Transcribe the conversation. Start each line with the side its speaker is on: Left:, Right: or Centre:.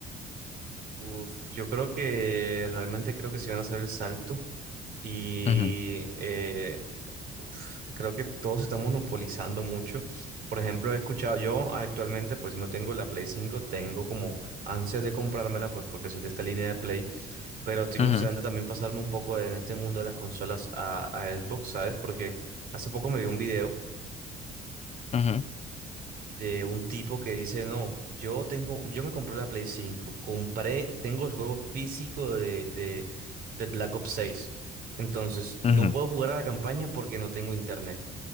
Right: Uf, yo creo que realmente creo que si van a hacer el salto. Y
Left: Ujú,
Right: eh, uf, creo que todo se está monopolizando mucho. Por ejemplo, he escuchado, yo actualmente pues no tengo la Play cinco tengo como ansias de comprármela pues porque soy de esta línea de Play, pero estoy
Left: ujú,
Right: considerando también pasarme un poco de- en este mundo de las consolas a, a Xbox, ¿sabes? Porque hace poco me vi un video
Left: ujú,
Right: de un tipo que dice, no, yo tengo, yo me compré la Play cinco compré, tengo el juego físico de, de, de Black Ops seis Entonces, no
Left: ujú,
Right: puedo jugar a la campaña porque no tengo internet.